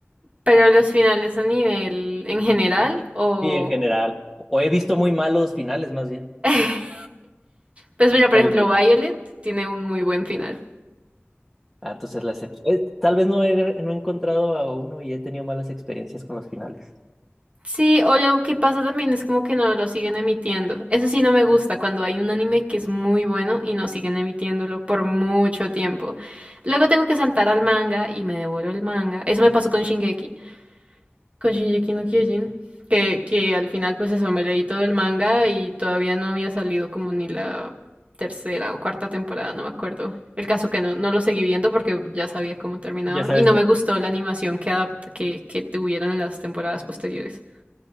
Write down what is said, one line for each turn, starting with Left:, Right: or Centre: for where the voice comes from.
Right: Pero los finales a nivel en general
Centre: Sí,
Right: o...
Centre: Sí, en general. O he visto muy malos finales, más bien.
Right: <laughs> Pues mira, por
Centre: Tal
Right: ejemplo,
Centre: vez.
Right: Violet tiene un muy buen final.
Centre: Ah, entonces la excepción. eh, Tal vez no he, no he encontrado a uno y he tenido malas experiencias con los finales.
Right: Sí, o lo que pasa también es como que no lo siguen emitiendo. Eso sí no me gusta cuando hay un anime que es muy bueno y no siguen emitiéndolo por mucho tiempo. Luego tengo que saltar al manga y me devoro el manga. Eso me pasó con Shingeki, con Shingeki no Kyojin, que, que al final pues eso me leí todo el manga y todavía no había salido como ni la tercera o cuarta temporada, no me acuerdo. El caso que no, no lo seguí viendo porque ya sabía cómo terminaba
Centre: Ya sabes.
Right: y no me gustó la animación que adapt- que, que tuvieron en las temporadas posteriores.